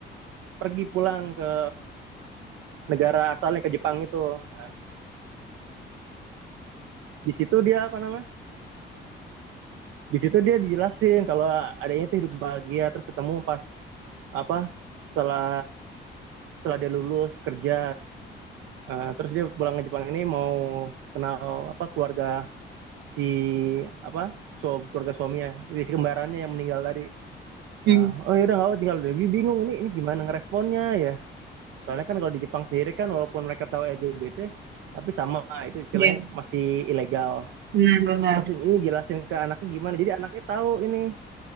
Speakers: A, on the right (about 85°); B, on the right (about 60°).
A: pergi pulang ke negara asalnya ke Jepang itu nah, di situ dia apa nama? di situ dia dijelasin kalau adanya itu hidup bahagia terus ketemu pas apa setelah setelah dia lulus kerja Eh, terus dia pulang ke Jepang ini mau kenal apa keluarga si apa su- keluarga suaminya jadi si kembarannya yang meninggal tadi Eh,
B: hmm.
A: oh ya udah nggak apa tinggal lebih bingung ini ini gimana ngeresponnya ya soalnya kan kalau di Jepang sendiri kan walaupun mereka tahu LGBT tapi sama itu istilahnya
B: Iya,
A: masih ilegal
B: benar-benar.
A: terus ini jelasin ke anaknya gimana jadi anaknya tahu ini